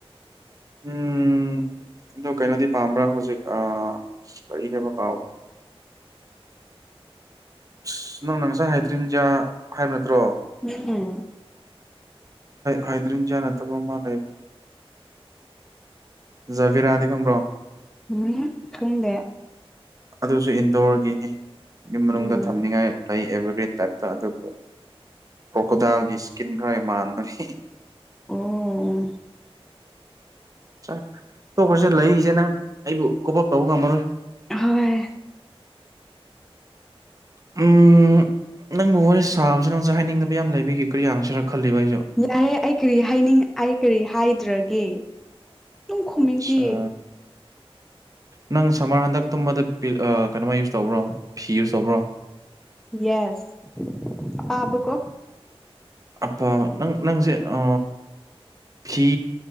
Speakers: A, on the right; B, in the centre.
A: ꯎꯝ ꯑꯣ ꯀꯩꯅꯣꯗꯤ ꯄꯥꯝꯕ꯭ꯔꯥ ꯍꯧꯖꯤꯛ ꯀꯔꯤꯅꯦꯕ ꯄꯥꯎ ꯑꯁ ꯅꯪꯅ ꯉꯁꯥꯏ ꯍꯥꯏꯗ꯭ꯔꯤꯟꯌꯥ ꯍꯥꯏꯕ ꯅꯠꯇ꯭ꯔꯣ
B: ꯎꯝ ꯎꯝ
A: ꯍꯗ꯭ꯔꯤꯟꯖ ꯅꯠꯇꯕ ꯃꯥ ꯂꯩ ꯖꯕꯤꯔꯥꯗꯤ ꯈꯪꯕ꯭ꯔꯣ
B: ꯃꯅ ꯊꯨꯡꯗꯦ
A: ꯑꯗꯨꯁꯨ ꯏꯟꯗꯣꯔꯒꯤꯅꯤ ꯌꯨꯝ ꯃꯅꯨꯡꯗ
B: ꯎꯝ
A: ꯊꯝꯅꯤꯉꯥꯏ ꯂꯩ ꯑꯦꯚꯔꯒ꯭ꯔꯤꯟ ꯇꯥꯏꯞꯇ ꯑꯗꯨꯕꯨ ꯀ꯭ꯔꯣꯀꯣꯗꯥꯏꯜꯒꯤ ꯏꯁꯀꯤꯟ ꯈꯔ ꯃꯥꯟꯥꯟꯕꯅꯤ
B: ꯑꯣ
A: ꯥꯛ ꯇꯣꯛꯈ꯭ꯔꯁꯦ ꯂꯩꯔꯤꯁꯦ ꯅꯪ ꯑꯩꯕꯨ ꯀꯣꯄꯞ ꯇꯧꯕ ꯉꯝꯃꯔꯣꯏ
B: ꯍꯣꯏ
A: ꯎꯝ ꯅꯪꯕꯨ ꯋꯥꯔꯤ ꯁꯥꯕꯁꯤ ꯅꯪꯁꯦ ꯍꯥꯏꯅꯤꯡꯗꯕ ꯌꯥꯝ ꯂꯩꯕꯤꯒꯤ ꯀꯔꯤꯌꯥꯁꯤꯔ ꯈꯜꯂꯤꯕ ꯑꯩꯁꯨ
B: ꯌꯥꯔꯦ ꯑꯩ ꯀꯔꯤ ꯍꯥꯏꯅꯤꯡ ꯑꯩ ꯀꯔꯤ ꯍꯥꯏꯗ꯭ꯔꯒꯦ ꯑꯗꯨꯝ ꯈꯨꯝꯃꯤꯗꯤ
A: ꯑꯆꯥ ꯅꯪ ꯁꯝꯃꯔ ꯍꯟꯗꯛ ꯇꯨꯝꯕꯗ ꯀꯩꯅꯣꯃ ꯌꯨꯁ ꯇꯧꯕ꯭ꯔꯣ ꯐꯤ ꯌꯨꯁ ꯇꯧꯕ꯭ꯔꯣ
B: ꯌꯦꯁ ꯄꯥꯕꯀꯣ
A: ꯑ ꯅꯪ ꯅꯪꯁꯦ ꯑ ꯐꯤ